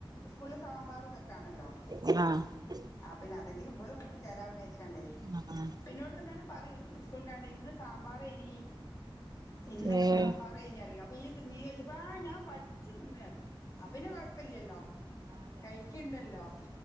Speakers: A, on the left; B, on the right.
A: സ്കൂളിൽ സാമ്പാറുതൊക്കേണല്ലോ
B: <inaudible>
A: ആ പിന്നെ അതെങ്കിലും ഇവള് കൂട്ടി ചേലാവ- ട്ടെവിചാരിച്ചാണ്ടെയ്
B: ആഹ്
A: പിന്നൊട് വന്നാലും പറയും സ്കൂൾട്ടാണ്ടയ് ഇന്ന് സാമ്പാറേനി, ഇന്നലെ
B: ഏഹ്
A: സാമ്പാറയ്നി പറയും ഇയ്യ് തിന്നീനോ ചോയ്ച്ചപ്പോ ആ ഞാൻ വടിച്ച് തിന്ന് പറിം അപ്പിന്നെ കൊഴപ്പില്ലല്ലോ കഴിക്കിണ്ടല്ലോ.